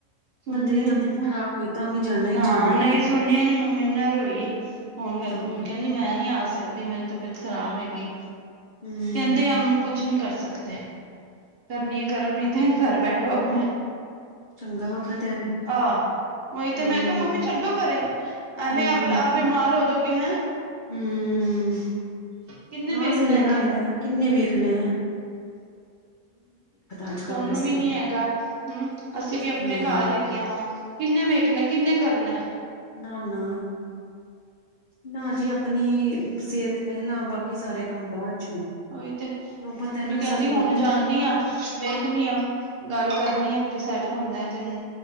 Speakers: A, on the right (about 50°); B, on the left (about 65°).
A: ਸੁਣਦੇ
B: ਬੰਦੇ ਦੀ
A: ਹੀ
B: ਤਬੀਅਤ
A: ਨਹੀਂ ਨਾ,
B: ਖ਼ਰਾਬ ਹੋਈ ਤਾਂ ਵੀ ਜਾਣਾ ਹੀ
A: ਹਾਂ
B: ਜਾਣਾ
A: ਨਹੀਂ
B: ਹੈ
A: ਸੋਨੀਆ ਨੀ ਮੰਮੀ ਇਨ੍ਹਾਂ ਰੋਈ ਐ। ਫੋਨ ਕਰਕੇ,
B: ਹਾਂ ਹੂੰ
A: ਮੰਮੀ ਕਹਿੰਦੀ ਮੈਂ ਨਹੀ ਆ ਸਕਦੀ, ਮੇਰੀ ਤਬੀਅਤ ਖ਼ਰਾਬ ਹੈਗੀ।
B: ਹੂੰ
A: ਕਹਿੰਦੇ ਹਮ ਕੁਛ ਨੀ ਕਰ ਸਕਦੇ। ਕਰਨੀ ਆ ਕਰੋ, ਨੀ ਤੇ ਘਰ ਬੈਠੋ ਆਪਣੇ।
B: ਚੰਗਾ ਵਖਤ ਹੈ ਵੀ
A: ਆਹ, ਉਹੀ ਤੇ
B: ਹੂੰ
A: ਮੈਂ ਕਿਹਾ ਮੰਮੀ ਛੱਡੋ ਪਰੇ। ਐਵੇਂ
B: ਹੂੰ
A: ਆ‌ ਆਪ ਬਿਮਾਰ ਹੋਜੋਗੇ ਹੈ।
B: ਹੂੰ,
A: ਕਿੰਨੇ
B: ਹਾ
A: ਵੇਖਣਾ
B: ਸਹੀ
A: ਹੈਗਾ
B: ਗੱਲ ਹੈ ਕਿੰਨੇ ਵੇਖਣੇ। ਅੱਜ
A: ਸੁਨੂੰ
B: ਕੱਲ ਵੈਸੇ
A: ਵੀ ਨੀ ਹੈਗਾ, ਹੂੰ ਅਸੀਂ ਵੀ ਆਪਣੇ
B: ਹੂੰ
A: ਘਰ ਹੈਗੀਆਂ ਵਾ। ਕਿੰਨੇ ਵੇਖਣਾ ਕਿੰਨੇਂ ਕਰਨਾ
B: ਨਾ ਨਾ ਨਾ ਜੀ ਆਪਣੀ ਸਿਹਤ ਪਹਿਲਾਂ, ਬਾਕੀ ਸਾਰੇ ਕੰਮ ਬਾਅਦ ਚੋਂ।
A: ਓਹੀ ਤੇ ਮੰਮੀ
B: ਕਿਉਂ ਪਤਾ ਹੈ ਨਾ
A: ਕਹਿੰਦੀ,
B: ਸਭ ਬੀਤਦਾ
A: ਹੁਣ ਜਾਂਦੀ ਆ ਵੇਖਣੀ ਆ। ਗੱਲ ਕਰਨੀ ਐ, ਜੋ ਸੈੱਟ ਹੁੰਦਾ ਹੈ ਤੇ